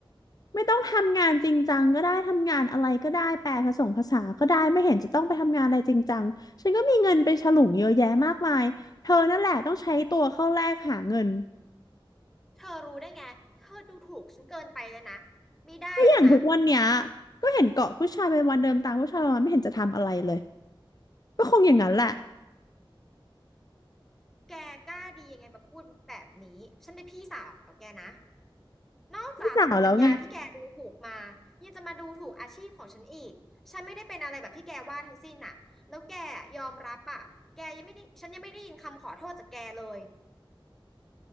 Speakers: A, on the left; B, in the centre.
A: ไม่ต้องทำงานจริงจังก็ได้ทำงานอะไรก็ได้แปลผสมภาษาก็ได้ไม่เห็นจะต้องไปทำงานอะไรจริงจังฉันก็มีเงินไปฉลุงเยอะแยะมากมายเธอนั่นแหละต้องใช้ตัวเข้าแลกหาเงิน
B: เธอรู้ได้ไงเธอดูถูกฉันเกินไปแล้วนะไม่ได้แล้วนะ
A: ก็อย่างทุกวันเนี้ยก็เห็นเกาะผู้ชายเป็นวันเดินตามผู้ชายวันไม่เห็นจะทำอะไรเลยก็คงอย่างนั้นแหละ
B: แกกล้าดียังไงมาพูดแบบนี้ฉันเป็นพี่สาวแกนะ นอกจากสติปัญญาที่แกดูถูกมายังจะมาดูถูกอาชีพของฉันอีกฉันไม่ได้เป็นอะไรแบบที่แกว่าทั้งสิ้นน่ะแล้วแกยอมรับอ่ะแกยังไม่ได้ฉันยังไม่ได้ยินคำขอโทษจากแกเลย
A: พี่สาวแล้วไง